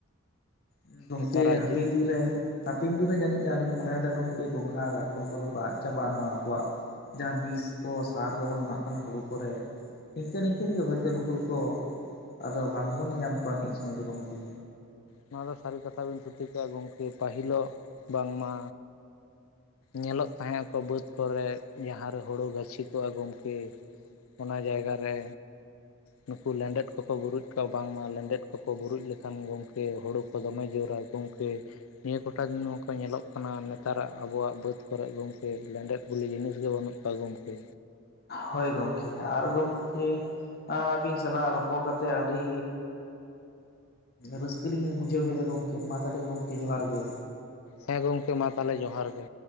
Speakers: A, on the left (about 50°); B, on the left (about 75°).
A: ᱫᱚ ᱜᱚᱝᱠᱮ
B: ᱱᱮᱛᱟᱨᱟᱜ
A: ᱦᱟᱯᱮᱱ
B: ᱡᱩᱜᱽ
A: ᱫᱤᱱ ᱨᱮ ᱦᱟᱯᱮᱱ ᱫᱤᱱ ᱨᱮ ᱡᱟᱹᱱᱤᱡ ᱟᱹᱞᱤᱧ ᱢᱚᱱᱮᱭᱮᱫᱟ ᱜᱚᱝᱠᱮ ᱜᱚᱝᱜᱷᱟ ᱠᱟᱴᱠᱚᱢ ᱠᱚᱫᱚ ᱠᱚ ᱟᱫ ᱪᱟᱵᱟᱜᱼᱟ ᱱᱚᱣᱟ ᱟᱵᱚᱣᱟᱜ ᱡᱟᱦᱟᱸ ᱵᱤᱥ ᱠᱚ ᱥᱟᱨ ᱠᱚᱵᱚᱱ ᱮᱢᱟᱜ ᱠᱟᱱᱟ ᱦᱳᱲᱳ ᱠᱚᱨᱮ᱾ ᱱᱤᱝᱠᱟᱹ ᱱᱤᱝᱠᱟᱹ ᱛᱮᱜᱮ ᱦᱚᱭᱛᱳ ᱱᱩᱠᱩ ᱠᱚ, ᱟᱫᱚ ᱵᱟᱝ ᱵᱚᱱ ᱧᱮᱧᱟᱢ ᱠᱚᱣᱟ ᱢᱤᱫ ᱥᱚᱢᱚᱭ ᱫᱚ ᱜᱚᱝᱠᱮ᱾
B: ᱱᱚᱣᱟ ᱫᱚ ᱥᱟᱹᱨᱤ ᱠᱟᱛᱷᱟ ᱵᱤᱱ ᱛᱷᱩᱛᱤ ᱠᱮᱫᱼᱟ ᱜᱚᱝᱠᱮ ᱯᱟᱹᱦᱤᱞᱚᱜ ᱵᱟᱝᱢᱟ ᱧᱮᱞᱚᱜ ᱛᱟᱦᱮᱸᱜ ᱟᱠᱚ ᱵᱟᱹᱫ ᱠᱚᱨᱮ ᱡᱟᱦᱟᱸ ᱨᱮ ᱦᱩᱲᱩ ᱜᱟᱹᱪᱷᱤ ᱠᱚᱜ-ᱟ ᱜᱚᱝᱠᱮ, ᱚᱱᱟ ᱡᱟᱭ ᱜᱟ ᱨᱮ, ᱱᱩᱠᱩ ᱞᱮᱸᱰᱮᱫ ᱠᱚᱠᱚ ᱵᱩᱨᱩᱡ ᱠᱟᱜ-ᱟ, ᱵᱟᱝᱢᱟ ᱞᱮᱸᱰᱮᱫ ᱠᱚᱠᱚ ᱵᱩᱨᱩᱡ ᱞᱮᱠᱷᱟᱱ ᱜᱚᱝ ᱠᱮ ᱦᱳᱲᱳ ᱠᱚ ᱫᱚᱢᱮ ᱡᱳᱨ-ᱟᱭ ᱜᱚᱝᱠᱮ᱾ ᱱᱤᱭᱟᱹ ᱠᱚᱴᱟ ᱫᱤᱱ ᱢᱟᱠᱚ ᱧᱮᱞᱚᱜ ᱠᱟᱱᱟ ᱱᱮᱛᱟᱨᱟᱜ ᱟᱵᱚᱣᱟᱜ ᱵᱟᱹᱫᱽ ᱠᱚᱨᱮᱜ ᱜᱚᱝᱠᱮ ᱞᱮᱸᱰᱮᱫ ᱵᱚᱞᱤ ᱡᱤᱱᱤᱥ ᱜᱮ ᱵᱟᱹᱱᱩᱜ ᱠᱚᱣᱟ ᱜᱚᱢᱠᱮ᱾
A: ᱦᱳᱭ ᱜᱚᱝᱠᱮ ᱟᱨ ᱜᱚᱝᱠᱮ ᱟᱸ ᱟᱹᱵᱤᱱ ᱥᱟᱞᱟᱜ ᱨᱚᱯᱚᱲ ᱠᱟᱛᱮ ᱟᱹᱰᱤ ᱨᱟᱹᱥᱠᱟᱹ ᱞᱤᱧ ᱵᱩᱡᱷᱟᱹᱣ ᱠᱮᱫᱟ ᱜᱚᱝᱠᱮ ᱢᱟ ᱛᱟᱦᱚᱞᱮ ᱜᱚᱝᱠᱮ ᱡᱚᱦᱟᱨ ᱜᱮ᱾
B: ᱦᱮᱸ ᱜᱚᱝᱠᱮ ᱢᱟ ᱛᱟᱦᱚᱞᱮ ᱡᱚᱦᱟᱨ ᱜᱮ᱾